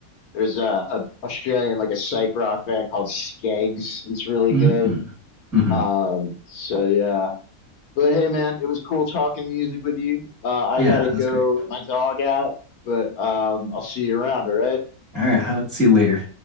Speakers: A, on the left; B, in the centre.
A: There's a, a Australian like a psych rock band called Skegs. It's really
B: mm-hmm,
A: good.
B: mm-hmm.
A: Um, so yeah. But hey man, it was cool talking music with you. Uh, I
B: Yeah,
A: gotta go
B: that's great.
A: let my dog out, but um, I'll see you around, all right?
B: All right, how, see you later.